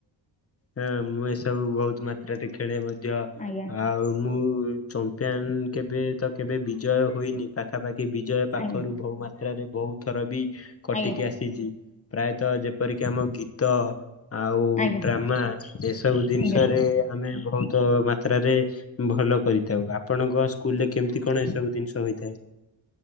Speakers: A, on the left; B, on the left.
A: ହଁ ମୁଁ ଏସବୁ ବୋହୁତ ମାତ୍ରାରେ ଖେଳେ ମଧ୍ୟ
B: ଆଜ୍ଞା
A: ଆଉ ମୁଁ ଚମ୍ପ୍ ପିଅନ୍ କେବେ ତ କେବେ ବିଜୟ ହୋଇନି ପାଖାପାଖି ବିଜୟ
B: ଆଜ୍ଞା
A: ପାଖରୁ ଭୋଉ ମା ତ୍ରାରେ ଭୋଉତ ଥର ବି କଟିକି
B: ଆଜ୍ଞା
A: ଆସିଚି ପ୍ରାୟତଃ ଯେପରିକି ଆମ ଗୀତ ଆଉ
B: ଆଜ୍ଞା
A: ଡ୍ରାମା ଏସବୁ ଦିନିଷରେ
B: ଆଜ୍ଞା
A: ଆମେ ଭୋଉତ ମାତ୍ରାରେ ଉଁ ଭଲ କରିଥାଉ। ଆପଣଙ୍କ ସ୍କୁଲରେ କେମତି କଣ ଏସବୁ ଦିନିଷ ହୋଇଥାଏ?